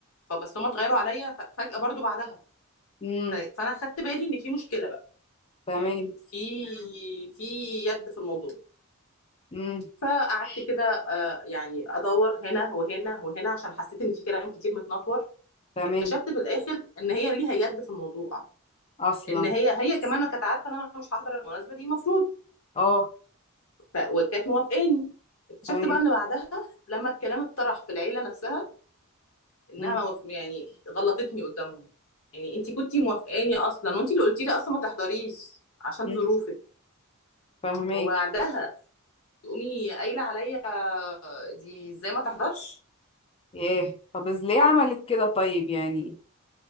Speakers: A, on the left; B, on the left.
A: فبس هم اتغيروا عليا ف- فجأة برضو بعدها
B: امم
A: ف- فانا خدت بالي ان في مشكلة بقى
B: تمام
A: يعني في في يد في الموضوع
B: امم
A: فقعدت كده آه، يعني ادور هنا وهنا وهنا عشان حسيت ان في كلام كتير متنطور
B: تمام
A: اكتشفت في الاخر ان هي ليها يد في الموضوع
B: اصلا
A: ان هي هي كمان كانت عارفه ان انا مش هحضر المناسبه دي المفروض
B: اه
A: ف... وكانت موافقاني اكتشفت
B: تمام
A: بقى ان بعدها لما الكلام اتطرح في العيله نفسها انها
B: امم
A: ما وافق- يعني غلطتني قدامهم يعني انت كنتي موافقاني اصلا وانت اللي قلتي لي اصلا ما تحضريش عشان
B: امم
A: ظروفك
B: فهميك
A: وبعدها تقومي قايله عليا دي ازاي ما تحضرش
B: ايه طب إز- ليه عملت كده طيب يعني